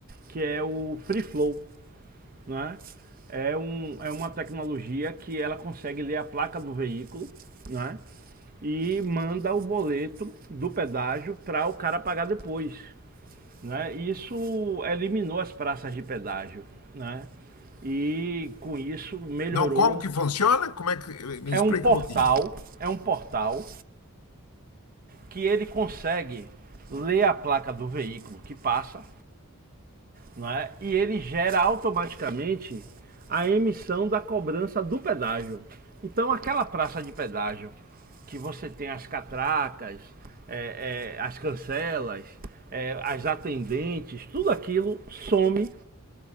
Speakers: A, on the right (about 40°); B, on the left (about 85°).
A: que é o free flow. né? É, um, é uma tecnologia que ela consegue ler a placa do veículo, né? E manda o boleto do pedágio para o cara pagar depois, né? Isso eliminou as praças de pedágio, né? E com isso melhorou.
B: Não, como que funciona? Como é que me
A: É
B: explica
A: um portal,
B: um pouquinho?
A: é um portal que ele consegue ler a placa do veículo que passa, não é? E ele gera automaticamente a emissão da cobrança do pedágio. Então, aquela praça de pedágio que você tem as catracas, é, é, as cancelas, é, as atendentes, tudo aquilo some